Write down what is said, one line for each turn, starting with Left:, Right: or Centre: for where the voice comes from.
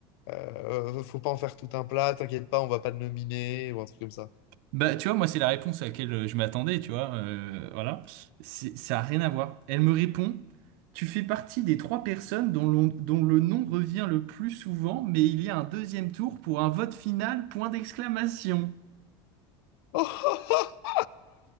Left: euh, faut pas en faire tout un plat, t'inquiète pas, on va pas te nominer, ou un truc comme ça.
Right: Bah, tu vois, moi, c'est la réponse à laquelle euh, je m'attendais, tu vois. euh, voilà. C'est- Ça a rien à voir. Elle me répond, tu fais partie des trois personnes dont l'on- dont le nom revient le plus souvent, mais il y a un deuxième tour pour un vote final, point d'exclamation.
Left: <laughs>